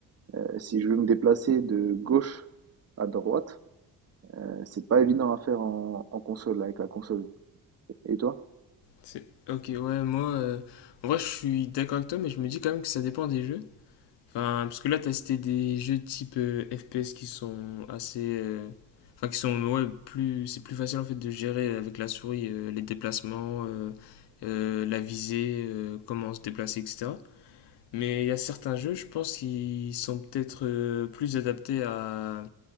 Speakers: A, on the right (about 35°); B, on the left (about 80°).
A: Heu, si je veux me déplacer de gauche à droite, heu, c'est pas évident à faire en en console, avec la console. Et toi?
B: C'est- Ok, ouais, moi, euh, en vrai, je suis d'accord avec toi, mais je me dis quand même que ça dépend des jeux. Enfin, parce que là, t'as cité des jeux type euh, FPS qui sont assez. euh, Enfin, qui sont. Ouais, plus. C'est plus facile en fait de gérer avec la souris euh, les déplacements, euh, euh, la visée, euh, comment se déplacer, etc. Mais il y a certains jeux, je pense, qui sont peut-être euh, plus adaptés à.